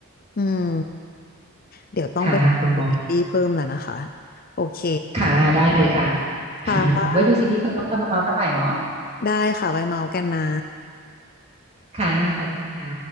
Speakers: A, on the left; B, on the right.
A: อืมเดี๋ยวต้องไปซีรีส์เพิ่มแล้วนะคะ
B: ค่ะคุณโบ
A: โอเค
B: ค่ะได้เลยค่ะ <laughs>
A: ค่ะ
B: ไว้ดูซีรีส์เพิ่มแล้วก็มาเมาส์กันใหม่เนาะ
A: ได้ค่ะไว้เมาส์กันนะ
B: ค่ะขอบคุณค่ะ